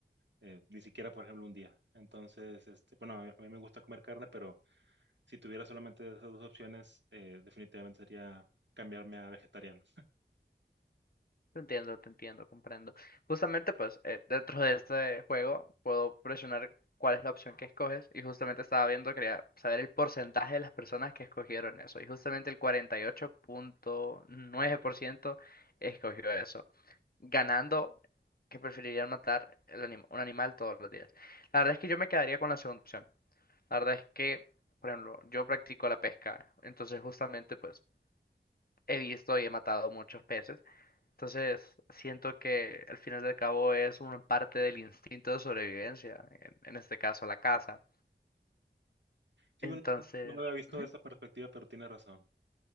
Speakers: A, on the right; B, on the left.
A: eh, ni siquiera, por ejemplo, un día. Entonces, este, bueno, a mí, a mí me gusta comer carne, pero si tuviera solamente esas dos opciones, eh, definitivamente sería cambiarme a vegetariano.
B: Te entiendo, te entiendo, comprendo. Justamente, pues, eh, dentro de este juego puedo presionar cuál es la opción que escoges y justamente estaba viendo, quería saber el porcentaje de las personas que escogieron eso y justamente el cuarenta y ocho punto nueve por ciento escogió eso. ganando que preferirían matar el anim- un animal todos los días. La verdad es que yo me quedaría con la segunda opción. La verdad es que, por ejemplo, yo practico la pesca, entonces justamente pues he visto y he matado muchos peces. Entonces siento que al final del cabo es una parte del instinto de sobrevivencia, en, en este caso la caza.
A: Sí,
B: Entonces,
A: bueno, no lo había visto
B: ujú,
A: de esa perspectiva, pero tiene razón.